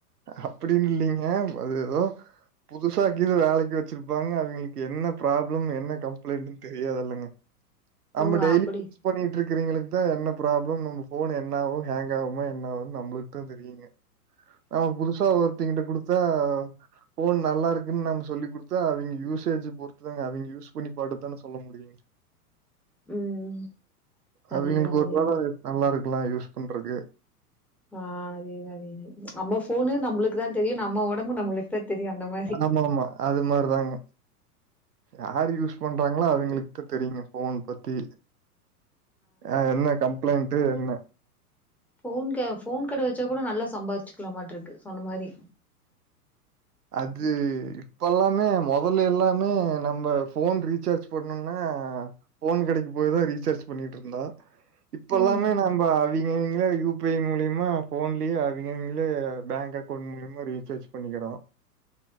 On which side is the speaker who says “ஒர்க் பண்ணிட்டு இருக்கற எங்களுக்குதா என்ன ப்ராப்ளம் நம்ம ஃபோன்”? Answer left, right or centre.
Right